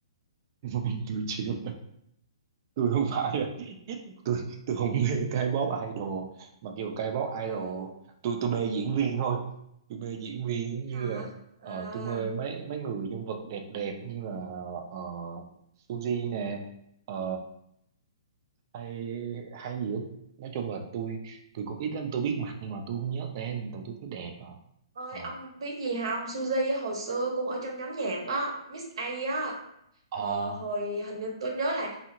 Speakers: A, on the right; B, on the right.
A: <laughs> tôi chịu tôi không phải tôi tôi không mê K-pop idol mặc dù K-pop
B: Ừ,
A: idol tôi tôi mê diễn viên thôi tôi mê diễn viên như
B: hả?
A: là
B: À,
A: ờ, tôi mê mấy mấy người nhân vật đẹp đẹp như là ờ, Suzy nè ờ, hay hay gì hết. nói chung là tôi tôi cũng ít lắm tôi biết mặt nhưng mà tôi không nhớ tên tại tôi thấy đẹp à
B: ơi
A: ờ
B: ông biết gì không? Suzy á, hồi xưa cũng ở trong nhóm nhạc đó, Miss A á.
A: ờ
B: Mà hồi hình như tôi nhớ là